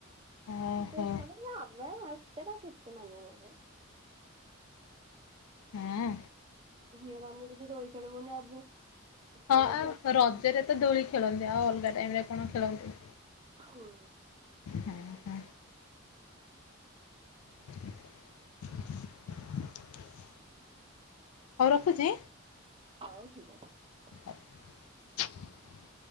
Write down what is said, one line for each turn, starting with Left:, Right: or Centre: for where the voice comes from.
Left: ଓହୋ
Right: ମୁଁ ଟିକେ ଖେଳେ। ଆମେ ଏତେଟା କେତେ ମାନିବ ଯେ।
Left: ହୁଁ।
Right: ଝିଅମାନେ ଯଦି ଦୋଳି ଖେଳିବୁନି ଆ
Left: ହଁ
Right: କି ରଜ।
Left: ଆଉ ରଜରେ ତ ଦୋଳି ଖେଳନ୍ତି ଆଉ ଅଲଗା ଟାଇମରେ କଣ ଖେଳନ୍ତି?
Right: ହଉ
Left: ହଁ ହଁ <inaudible> ହଉ ରଖୁଛି।
Right: ହଉ ଠିକ୍ ଅଛି।
Left: <inaudible>